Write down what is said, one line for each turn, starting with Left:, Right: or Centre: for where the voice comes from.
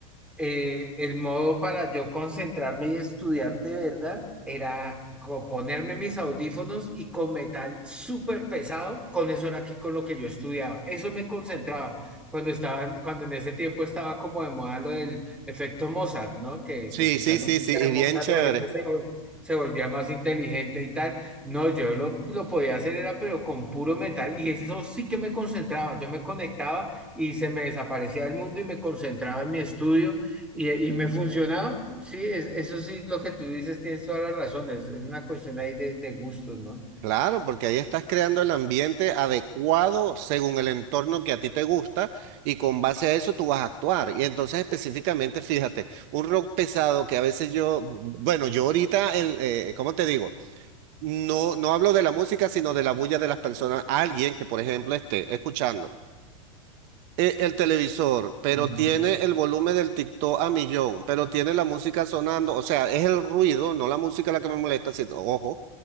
Centre: eh, el modo para yo concentrarme y estudiar de verdad era co- ponerme mis audífonos y con metal súper pesado, con eso era aquí con lo que yo estudiaba. Eso me concentraba cuando estaban, cuando en ese tiempo estaba como de moda lo del efecto Mozart, ¿no? Que,
Right: sí,
Centre: que escuchando
Right: sí, sí,
Centre: música
Right: sí, y
Centre: de Mozart
Right: bien chévere.
Centre: la gente se, vol- se volvía más inteligente y tal. No, yo lo, lo podía hacer era pero con puro metal y eso sí que me concentraba. Yo me conectaba y se me desaparecía el mundo y me concentraba en mi estudio y, y me funcionaba, sí, es- eso sí, lo que tú dices, tienes toda la razón, es, es una cuestión ahí de, de gustos, ¿no?
Right: Claro, porque ahí estás creando el ambiente adecuado según el entorno que a ti te gusta y con base a eso tú vas a actuar. Y entonces específicamente, fíjate, un rock pesado que a veces yo, bueno, yo ahorita, el, eh, ¿cómo te digo? No, no hablo de la música, sino de la bulla de las personas. Alguien que, por ejemplo, esté escuchando eh, el televisor, pero
Centre: Mm,
Right: tiene el volumen del TikTok a millón, pero tiene la música sonando, o sea, es el ruido, no la música la que me molesta, sino, ojo.